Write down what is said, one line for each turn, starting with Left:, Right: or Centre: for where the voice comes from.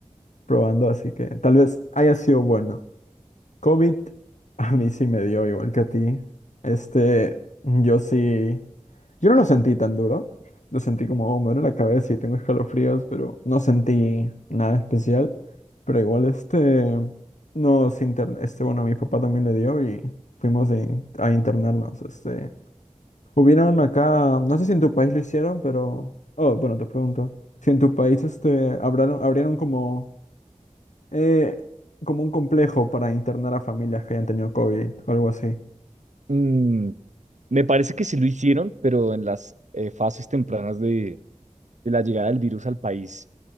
Left: probando, así que tal vez haya sido bueno. COVID a mí sí me dio igual que a ti. Este, yo sí, yo no lo sentí tan duro. Lo sentí como, oh, me duele la cabeza y tengo escalofríos, pero no sentí nada especial. Pero igual este, nos intern, este, bueno, a mi papá también le dio y fuimos de in- a internarnos. Este, hubieron acá, no sé si en tu país lo hicieron, pero, oh, bueno, te pregunto, si en tu país este, abrieron, abrieron como eh, como un complejo para internar a familias que hayan tenido COVID o algo así.
Right: Mm, me parece que sí lo hicieron, pero en las eh, fases tempranas de, de la llegada del virus al país.